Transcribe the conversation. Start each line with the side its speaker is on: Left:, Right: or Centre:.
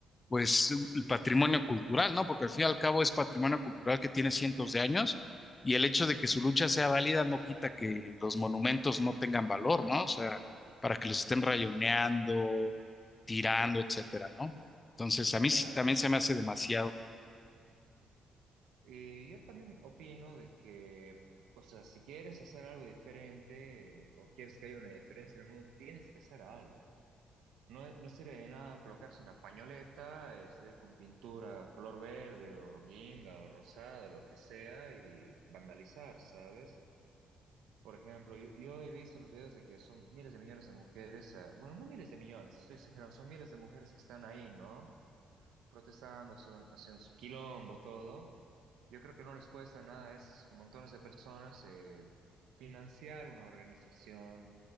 Left: pues, el patrimonio cultural, ¿no? Porque al fin y al cabo es patrimonio cultural que tiene cientos de años y el hecho de que su lucha sea válida no quita que los monumentos no tengan valor, ¿no? O sea, para que los estén rayoneando, tirando, etcétera, ¿no? Entonces,
Right: Ah,
Left: a mí
Right: claro.
Left: sí también se me hace demasiado.
Right: Y yo también opino de que, o sea, si quieres hacer algo diferente eh, o quieres que haya una diferencia en el mundo, tienes que hacer algo. No, no sirve de nada colocarse una pañoleta, eh, salir con pintura color verde o guinda o rosada, lo que sea, y vandalizar, ¿sabes? Por ejemplo, yo, yo he visto en los videos de que son miles de millones de mujeres, eh, bueno, no miles de millones, estoy exagerando, son miles de mujeres que están ahí, ¿no? Protestando, su- haciendo su quilombo, todo. Yo creo que no les cuesta nada, es montones de personas eh, financiar una organización